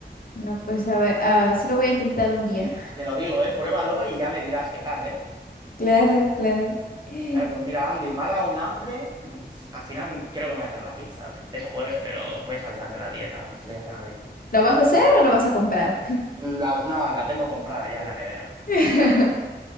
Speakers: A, on the left (about 55°); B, on the right (about 25°).
A: no, pues a ver, ah, sí lo voy a intentar un día.
B: Y te lo digo, ¿eh? Pruébalo y ya me dirás qué tal, ¿eh?
A: Claro, claro. <laughs>
B: Claro, pues mira, Andy, me ha dado un hambre. Mm, Al final creo que me voy a hacer una pizza. Es jueves, pero voy a saltarme la dieta, no se lo digas a nadie.
A: ¿Lo vas a hacer o lo vas a comprar?
B: Mm, la- no, la tengo comprada ya en la nevera.
A: <laughs>